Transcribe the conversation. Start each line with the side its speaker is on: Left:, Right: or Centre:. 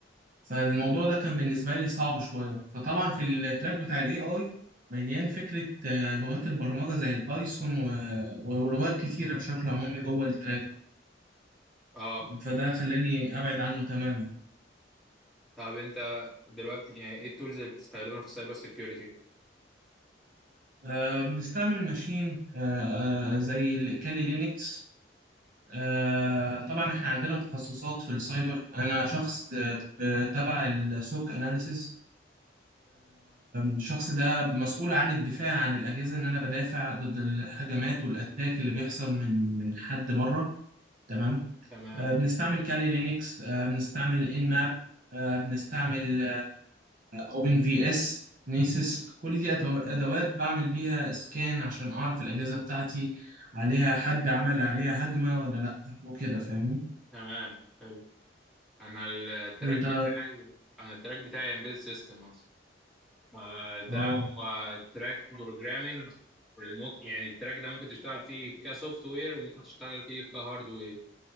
Right: فالموضوع ده كان بالنسبه لي صعب شويه فطبعا في التراك بتاع الاي اي مليان فكره آه، لغات البرمجه زي البايثون و- ولغات كتيره بشكل عمومي جوه التراك
Centre: اه
Right: فده خلاني أبعد عنه تماما
Centre: طب انت دلوقتي يعني ايه التولز اللي بتستخدمها في السايبر سيكيورتي
Right: آه، بنستعمل ماشين آه، آه، زي الكالي لينكس آه، طبعا احنا عندنا تخصصات في السايبر انا شخص آه، ب- تبع السوك اناليسز الشخص ده مسؤول عن الدفاع عن الاجهزه ان انا بدافع ضد الهجمات والاتاك اللي بيحصل من من حد بره تمام
Centre: تمام
Right: آه، بنستعمل كالي لينكس آه، بنستعمل ان ماب آه، بنستعمل اوبن في اس نيسيس كل دي أتو- ادوات بعمل بيها سكان عشان اعرف الاجهزه بتاعتي عليها حد عمل عليها هجمه ولا لا وكده فاهمني
Centre: تمام حلو انا التراك
Right: انت
Centre: بتاعي انا التراك بتاعي امبيد سيستم ما ده
Right: اه
Centre: هو تراك بروجرامنج وممكن يعني التراك ده ممكن تشتغل فيه كسوفت وير وممكن تشتغل فيه كهارد وير